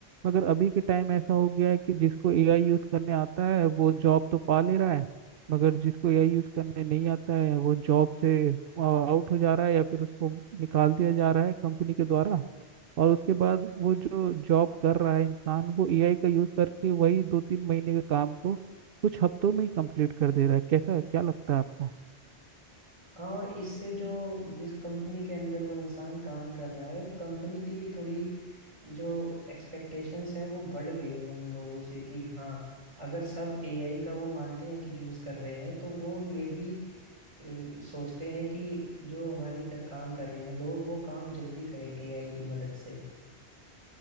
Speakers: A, on the right; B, on the right.
A: मगर अभी के टाइम ऐसा हो गया है कि जिसको एआई यूज़ करने आता है वो जॉब तो पा ले रहा है मगर जिसको एआई यूज़ करने नहीं आता है वो जॉब से आउट हो जा रहा है या फिर उसको निकाल दिया जा रहा है कंपनी के द्वारा और उसके बाद वो जो जॉब कर रहा है इंसान वो एआई का यूज करके वही दो तीन महीने के काम को कुछ हफ्तों में ही कंप्लीट कर दे रहा है कैसा क्या लगता है आपको
B: हाँ, और इससे जो जिस कंपनी के अंदर वो इंसान काम कर रहा है कंपनी की भी थोड़ी जो एक्सपेक्टेशंस हैं वो बढ़ गई हैं उन लोगों से कि हाँ अगर सब एआई का वो मानते हैं कि यूज कर रहे हैं तो वो ये भी अ, सोचते हैं कि जो हमारे इधर काम कर रहे हैं लोग वो काम जल्दी करें एआई की मदद से